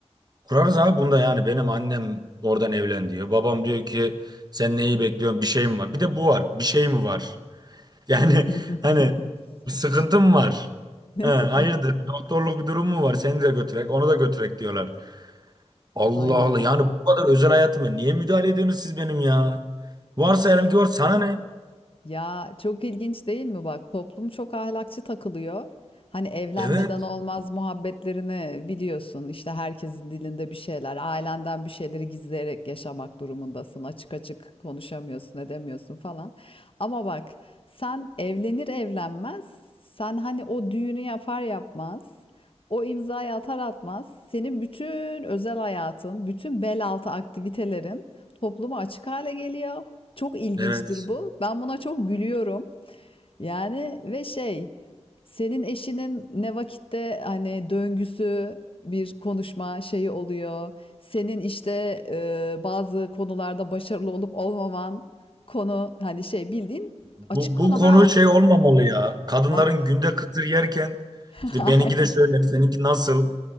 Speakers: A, on the right; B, on the left.
A: Kurarız abi bunda yani benim annem oradan evlen diyor. Babam diyor ki sen neyi bekliyorsun bir şey mi var? Bir de bu var bir şey mi var? Yani
B: <laughs>
A: <laughs> hani bir sıkıntım
B: Bir şey.
A: var.
B: Ne
A: He, hayırdır
B: sıkın.
A: bir doktorluk bir durum mu var? Seni de götürek onu da götürek diyorlar. Allah
B: Ay
A: Allah yani bu kadar özel hayatıma niye müdahale ediyorsunuz siz benim ya? Varsa
B: şey.
A: eğer ki var sana ne?
B: Ya çok ilginç değil mi bak toplum çok ahlakçı takılıyor. Hani evlenmeden
A: Evet
B: olmaz muhabbetlerini biliyorsun. İşte herkesin dilinde bir şeyler, ailenden bir şeyleri gizleyerek yaşamak durumundasın. Açık açık konuşamıyorsun, edemiyorsun falan. Ama bak sen evlenir evlenmez, sen hani o düğünü yapar yapmaz, o imzayı atar atmaz, senin bütün özel hayatın, bütün bel altı aktivitelerin topluma açık hale geliyor. Çok ilginçtir
A: evet.
B: bu. Ben buna çok gülüyorum. Yani ve şey, senin eşinin ne vakitte hani döngüsü bir konuşma şeyi oluyor. Senin işte e, bazı konularda başarılı olup olmaman konu hani şey bildiğin
A: Bu,
B: açık konu
A: bu konu
B: ha.
A: şey olmamalı ya. Kadınların
B: Ak
A: günde kıtır yerken
B: <laughs>
A: işte benimki de şöyle seninki nasıl?